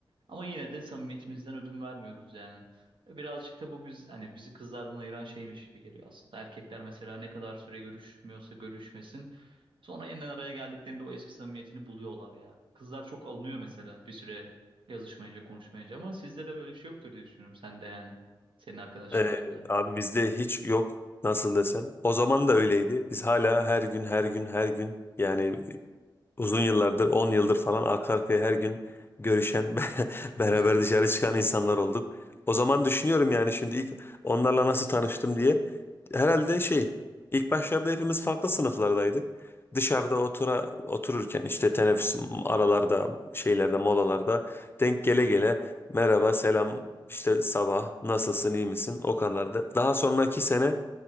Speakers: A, on the right (about 75°); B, on the left (about 25°).
A: Ama yine de samimiyetimizden ödün vermiyoruz yani. E, Birazcık da bu biz hani bizi kızlardan ayıran şeymiş gibi geliyor aslında. Erkekler mesela ne kadar süre görüşmüyorsa görüşmesin. Sonra yeniden araya geldiklerinde o eski samimiyetini buluyorlar ya. Kızlar çok alınıyor mesela bir süre yazışmayınca konuşmayınca ama sizde de böyle bir şey yoktur diye düşünüyorum sen de yani. Senin arkadaşlıklarında.
B: E, abi bizde hiç yok nasıl desem. O zaman da öyleydi. Biz hala her gün her gün her gün yani uzun yıllardır 10 yıldır falan arka arkaya her gün görüşen <laughs>
A: <laughs>
B: beraber dışarı çıkan insanlar olduk. O zaman düşünüyorum yani şimdi ilk onlarla nasıl tanıştım diye. Herhalde şey ilk başlarda hepimiz farklı sınıflardaydık. Dışarıda otura otururken işte teneffüs aralarda şeylerde molalarda denk gele gele merhaba selam işte sabah nasılsın iyi misin o kadar da. Daha sonraki sene